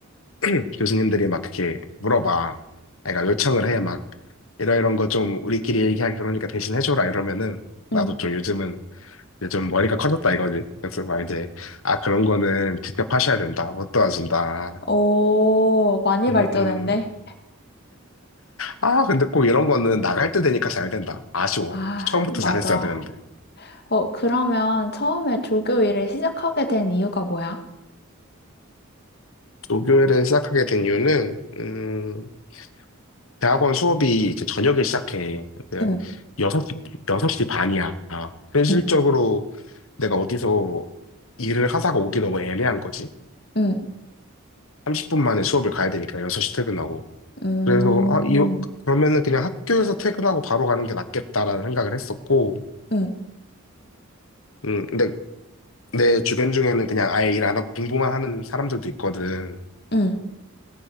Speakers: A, on the left; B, on the left.
A: <clears throat> 교수님들이 막 이렇게 물어봐 그러니까 요청을 해 막 이러이런 거 좀 우리끼리 얘기하기 그러니까 대신 해줘라 이러면은 나도
B: 응.
A: 좀 요즘은 이제 좀 머리가 커졌다 이거지 그래서 막 이제 아 그런 거는 직접 하셔야 된다 못 도와준다
B: 오, 많이
A: 음,
B: 발전했네.
A: 음. 아, 근데 꼭 이런 거는 나갈 때 되니까 잘 된다. 아쉬워.
B: 아,
A: 처음부터
B: 맞아.
A: 잘했어야 되는데.
B: 어, 그러면 처음에 조교 일을 시작하게 된 이유가 뭐야?
A: 조교를 시작하게 된 이유는, 음, 대학원 수업이 이제 저녁에 시작해. 근데
B: 응,
A: 6시, 여섯 시 반이야. 현실적으로
B: 응,
A: 내가 어디서 일을 하다가 오기 너무 애매한 거지.
B: 응,
A: 30분 만에 수업을 가야 되니까 6시 퇴근하고.
B: 음,
A: 그래서, 아, 이, 그러면은 그냥 학교에서 퇴근하고 바로 가는 게 낫겠다라는 생각을 했었고,
B: 응,
A: 음, 근데 내 주변 중에는 그냥 아예 일 안 하고 공부만 하는 사람들도 있거든.
B: 응,